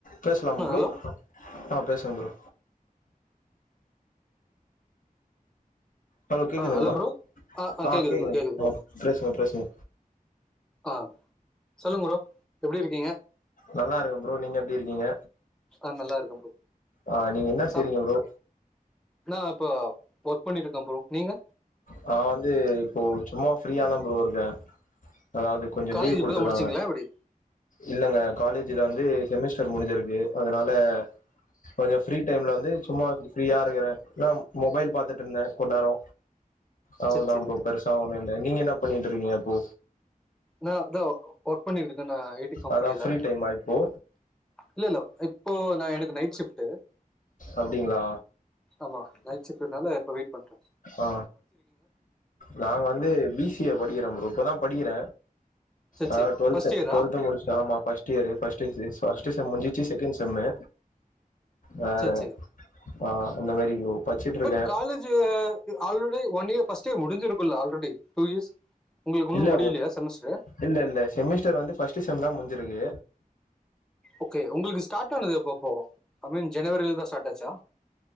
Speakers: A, on the left (about 65°); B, in the centre.
A: பேசலாம்
B: ஆ
A: ப்ரூ
B: ஹலோ
A: ஆ பேசுங்க ப்ரோ ஹலோ கேக்குதுங்களா
B: ஆ ப்ரோ
A: ஆ
B: கேக்குது
A: கேக்குதுங்க
B: ப்ரோ கேக்குது ப்ரோ
A: அ பேசுங்க பேசுங்க
B: ஆ சொல்லுங்க ப்ரோ எப்டி இருக்கீங்க
A: நல்லாருக்கு ப்ரோ நீங்க எப்டி இருக்கீங்க
B: ஆ நல்லா இருக்கே ப்ரோ
A: ஆ நீங்க என்னா
B: சாப்
A: செய்றீங்க ப்ரோ
B: நா இப்ப ஒர்க் பண்ணிட்ருக்கே ப்ரோ நீங்க
A: நா வந்து இப்போ சும்மா ஃப்ரியாதா ப்ரோ இருக்கே அதாவது கொஞ்ச
B: காலேஜ்
A: லீவ் குடுத்துருக்காங்க
B: இப்பதா முடிச்சீங்களா எப்டி
A: இல்லங்க காலேஜ்ல வந்து செமிஸ்டர் முடிஞ்சிருக்கு அதனால கொஞ் ஃப்ரீ டைம்ல வந்து சும்மா ஃப்ரீயா இருக்கறே ஏன்னா மொபைல் பாத்துட்ருந்தே கொண் நேரோ அவ்ளதா
B: சரி சரி
A: ப்ரோ பெருசா ஒண்ணு இல்ல நீங்க என்னா பண்ணிட்ருக்கீங்க இப்போ
B: நா அதா ஒ ஒர்க் பண்ணிருக்குதா நா ஐ டி கம்பெனியில
A: அதான் ஃப்ரீ டைமா இப்போ
B: இல்ல இல்ல இப்போ நா எனக்கு நைட் ஷிஃப்ட்டு
A: அப்டிங்களா
B: ஆமா நைட் ஷிஃப்ட்டுனால இப்ப வெய்ட் பண்றோ
A: ஓ நா வந்து பி சி ஏ படிக்கிறம் ப்ரோ இப்போதா படிக்கிற
B: சரி
A: ஆ
B: சரி
A: டுவெல்த்து
B: ஃபர்ஸ்ட் இயரா
A: டுவெல்த்து முடிச்சிட்ட ஆமா ஃபஸ்ட்டியரு ஃபஸ்ட்டு எக்ஸு ஃபஸ்ட்டு செம் முஞ்சிச்சு செகண்ட் செம்மு வேற
B: சரி சரி
A: ஆ அந்த மாரி ப்ரோ படிச்சுட்ருக்கே
B: பட் college already one year first year முடிஞ்சிருக்குல்ல ஆல்ரெடி டூ இயர்ஸ் உங்களுக்கு இன்னு
A: இல்ல
B: முடியலையா செமஸ்டர்
A: இல்லல்ல செமிஸ்டர் வந்து ஃபஸ்ட் செம்தா முடிஞ்சிருக்கு
B: ஓகே உங்களுக்கு ஸ்டார்ட் ஆனது அப்பெப்போ ஐ மீன் ஜனவரில தான் ஸ்டார்ட் ஆச்சா?